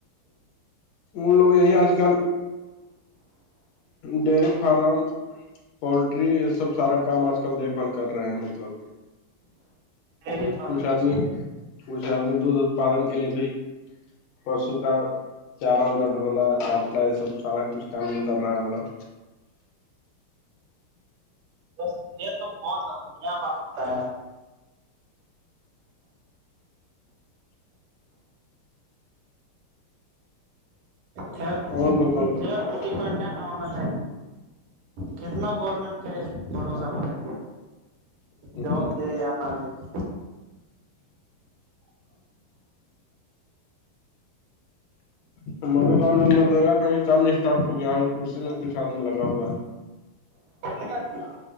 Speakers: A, on the left; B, on the right.
A: من لوگ یہی آج کل ڈیری فارم پولٹری یہ سب سارا کام آج کل دیکھ بھال کر رہے ہیں مطلب
B: ڈیری فارمیشن
A: کچھ آدمی کچھ آدمی دودھ اتپادن کے لیے بھی پرسو کا چارا وارا ڈھونا کاٹنا یہ سب سارا کچھ کام کر رہا ہے ہم لوگ
B: د یے تو بہت بڑھیا بات بتایا آپ نے کیب ب
A: اور بتائیے
B: جد کنٹیکٹ ہونا تھا کتنا گورنمنٹ کے بھروسہ پے جاب
A: ہ
B: سے آنا د
A: تو مرےگاؤں میں منرگا کا بھی کام اسٹارٹ ہو گیا اسی میں کچھ آدمی لگا ہوا ہے
B: دے